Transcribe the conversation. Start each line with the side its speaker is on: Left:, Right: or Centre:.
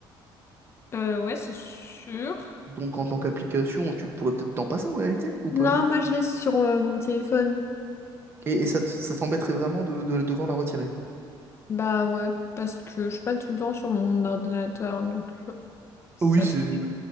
Left: euh, ouais c'est sûr
Right: Donc en tant qu'application, tu pourrais peut-être t'en passer en réalité, ou pas?
Left: Non, moi je l'ai sur euh, mon téléphone.
Right: Et, et ça, t- ça t'embêterait vraiment de, de devoir la retirer.
Left: Bah ouais, parce que je suis pas tout le temps sur mon ordinateur, donc euh, ça
Right: Oui, c'est
Left: serait...